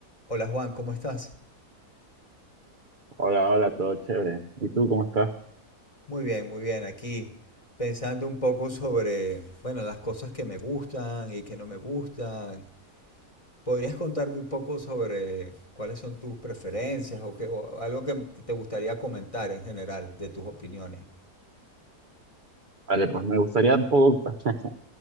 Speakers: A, on the left; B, on the right.
A: Hola Juan, ¿cómo estás?
B: Hola, hola, todo chévere. ¿Y tú cómo estás?
A: Muy bien, muy bien. Aquí pensando un poco sobre, bueno, las cosas que me gustan y que no me gustan. ¿Podrías contarme un poco sobre cuáles son tus preferencias o, qué- o algo que, que te gustaría comentar en general de tus opiniones?
B: Vale, pues me gustaría un poco <laughs>